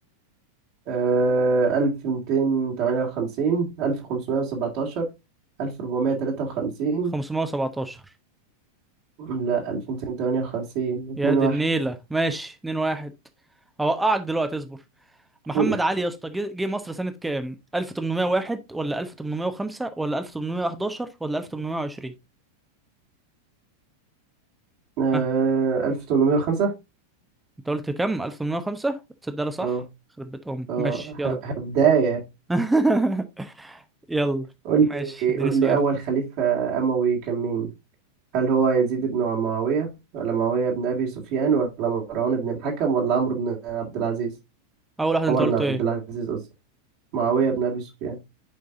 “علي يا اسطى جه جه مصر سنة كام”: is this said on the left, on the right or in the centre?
Centre